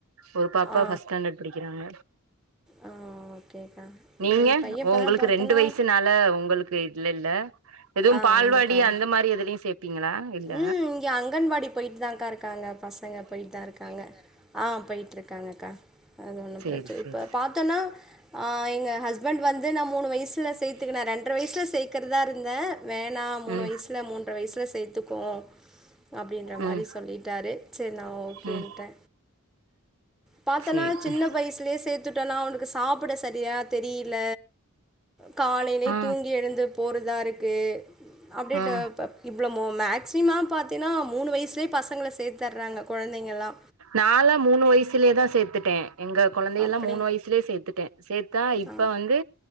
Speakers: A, on the right (about 75°); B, in the centre.
A: ஒரு பாப்பா
B: ஆ
A: ஃபஸ்ட் ஸ்டாண்டர்ட் படிக்கிறாங்க
B: ஆ ஓகேக்கா
A: நீங்க
B: என் பையன் இப்பதா
A: ஒங்களுக்கு
B: பாத்தன்னா
A: ரெண்டு வயசு நா ல ஒங்களுக்கு இல்ல இல்ல எதுவு
B: ஆ
A: பால்வாடி
B: ஆமாக்கா
A: அந்த மாரி எதுலயு சேப்பீங்களா இல்ல
B: ம் இங்க அங்கன்வாடி போய்ட்டுதாங்க்கா இருக்காங்க பசங்க போய்ட்டுதா இருக்காங்க ஆ போய்ட்டுருக்காங்கக்கா அது ஒண்ணு
A: சேரி
B: பிரச்ச
A: சேரி
B: இப்ப
A: சேரி
B: பாத்தோன்னா ஆ எங்க ஹஸ் பண்ட் வந்து நா மூணு வயசில சேத்துக்கினே ரெண்ர வயசில சேக்கிறதா இருந்தே வேணா மூணு
A: ம்
B: வயசுல மூன்ற வயசுல சேர்த்துக்கோ அப்டின்ற மாரி
A: ம்
B: சொல்லிட்டாரு செரி நா ஓகேன்ட்டே
A: ம்
B: பாத்தனா
A: சேரி
B: சின்ன வயசுலே சேத் த்துட்டோனா அவனுக்கு சாப்ட சரியா தெரில காலைலயே
A: ஆ
B: தூங்கி எழுந்து போறதா இருக்கு அப்டியே
A: ஆ
B: ப இவ்ளோ மோ மேக்ஸிம பாத்தீனா மூணு வயசுலே பசங்கள சேத்தர்றாங்க கொழந்தைங்கள்லா
A: நால்லா மூணு வயசுலேதா சேத்துட்டே எங்க கெழந்தை
B: அப்டி
A: எல்லா மூணு வயசுலயே சேத்துட்டே சேத்தா இப்ப
B: ஆ
A: வந்து